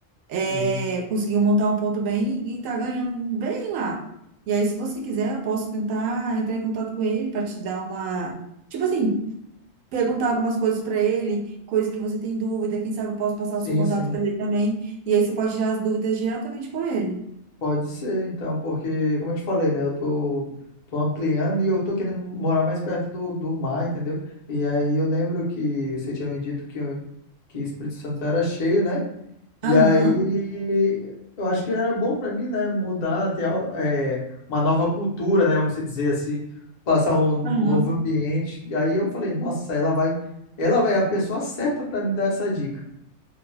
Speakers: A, on the right; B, on the left.
A: É,
B: uhum.
A: conseguiu montar um ponto bem e tá ganhando bem lá. E aí, se você quiser, eu posso tentar entrar em contato com ele para te dar uma. Tipo assim, perguntar algumas coisas para ele, coisas que você tem dúvida, quem sabe eu posso passar
B: Sim,
A: o seu contato
B: sim.
A: para ele também. E aí você pode tirar as dúvidas diretamente com ele.
B: Pode ser, então, porque, como eu te falei, né? Eu tô, tô ampliando e eu tô querendo morar mais perto do, do mar, entendeu? E aí eu lembro que você tinha me dito que, que Espírito Santo era cheio, né? E
A: Aham,
B: aí, eu acho que era bom para mim, né, mudar, ter al- é, uma nova cultura, né, vamos dizer assim, passar um novo
A: aham.
B: ambiente. E aí eu falei, nossa, ela vai, ela vai é a pessoa certa para me dar essa dica.